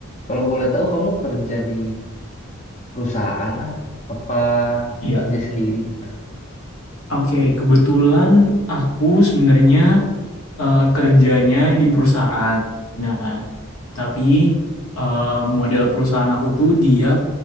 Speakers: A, on the left; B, on the left.
A: Kalau boleh tahu kamu kerja di perusahaan ah, apa
B: Iya.
A: kerja sendiri gitu?
B: Oke, kebetulan aku sebenarnya eh, kerjanya di perusahaan. Nah, tapi eh, model perusahaan aku tuh dia